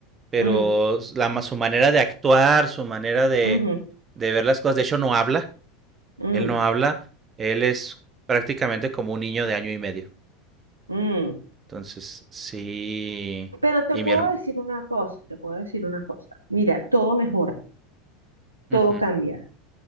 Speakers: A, on the right; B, on the right.
A: pero
B: mm,
A: la, su manera de actuar, su manera de,
B: ujú,
A: de ver las cosas, de hecho no habla,
B: mm,
A: él no habla, él es prácticamente como un niño de año y medio.
B: mm.
A: Entonces, sí.
B: Pero te
A: Y
B: puedo
A: mi, hermano,
B: decir una cosa, te puedo decir una cosa. Mira, todo mejora. todo
A: Ujú.
B: cambia.